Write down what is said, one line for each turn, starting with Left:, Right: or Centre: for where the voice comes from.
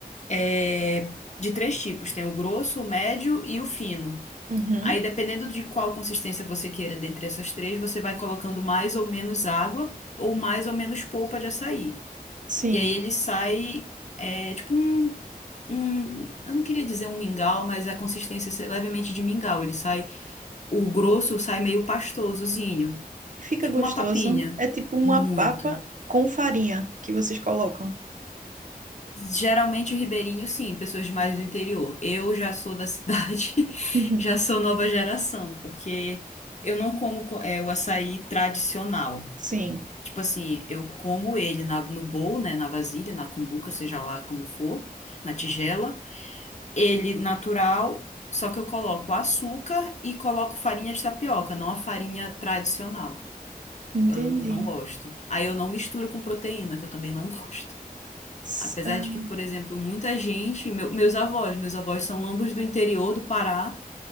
Left: é de três tipos: tem o grosso, o médio e o fino.
Right: Uhum,
Left: Aí, dependendo de qual consistência você queira dentre essas três, você vai colocando mais ou menos água ou mais ou menos polpa de açaí.
Right: sim.
Left: E aí ele sai, é, tipo um, um. Eu não queria dizer um mingau, mas a consistência é levemente de mingau. Ele sai. O grosso sai meio pastosozinho,
Right: E Fica
Left: tipo
Right: gostoso.
Left: uma papinha.
Right: É tipo uma
Left: Muito.
Right: papa com farinha que vocês colocam.
Left: Geralmente o ribeirinho, sim, pessoas de mais do interior. Eu já sou da cidade, <laughs>
Right: <laughs>
Left: já sou nova geração, porque eu não como co- é, o açaí tradicional.
Right: Sim,
Left: Tipo assim, eu como ele na- no bowl, né, na vasilha, na cumbuca, seja lá como for, na tigela. Ele natural, só que eu coloco açúcar e coloco farinha de tapioca, não a farinha tradicional.
Right: entendi.
Left: Eu não, não gosto. Aí eu não misturo com proteína, que eu também não <laughs> gosto.
Right: S-
Left: Apesar
Right: ah,
Left: de que, por exemplo, muita gente, meu- meus avós, meus avós são ambos do interior do Pará,